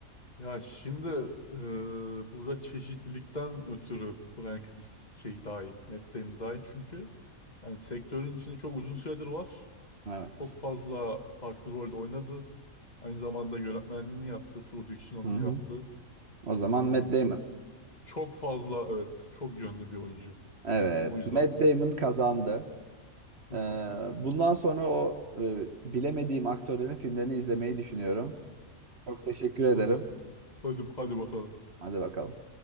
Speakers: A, on the left (about 30°); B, on the right (about 50°).
A: Ya şimdi e, burada çeşitlilikten ötürü Bryan Chris şey daha iyi. Matt Damon daha iyi çünkü yani sektörün içinde çok uzun süredir var.
B: Evet.
A: Çok fazla farklı rolde oynadı. Aynı zamanda yönetmenliğini yaptı, prodüksiyonunu
B: Hı hı.
A: yaptı.
B: O zaman Matt
A: Yani
B: Damon.
A: çok fazla evet çok yönlü bir oyuncu.
B: Evet,
A: Yani o yüzden.
B: Matt Damon kazandı.
A: Hı
B: Ee,
A: hı.
B: bundan sonra o e, bilemediğim aktörlerin filmlerini izlemeyi düşünüyorum. Çok teşekkür ederim.
A: <laughs> Hadi hadi bakalım.
B: Hadi bakalım.